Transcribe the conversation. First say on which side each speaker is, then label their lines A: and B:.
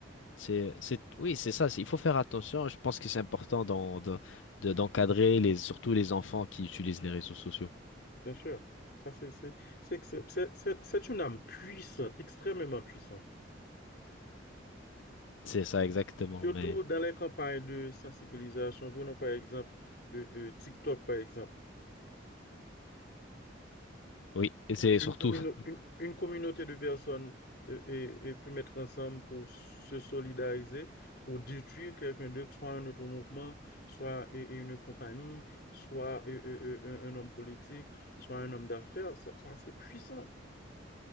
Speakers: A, on the left; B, on the left.
A: C'est, c'est, oui, c'est ça. c'est- Il faut faire attention. Je pense que c'est important d'en- de- de- d'encadrer les, surtout les enfants qui utilisent les réseaux sociaux.
B: bien sûr. Ça, c'est c'est- c'est que c'est- c'est- c'est- c'est une âme puissante, extrêmement puissante.
A: C'est ça, exactement.
B: Surtout
A: Mais
B: dans les campagnes de sensibilisation. Prenons par exemple euh, euh, TikTok, par exemple.
A: oui, et c'est
B: une,
A: surtout,
B: commune
A: <laughs>
B: une, une communauté de personnes euh, et, et peut mettre ensemble pour se solidariser, pour détruire quelqu'un d'autre, soit un autre mouvement, soit et- et une compagnie, soit euh, euh, euh, un un homme politique, soit un homme d'affaires. Ça, ça, c'est puissant.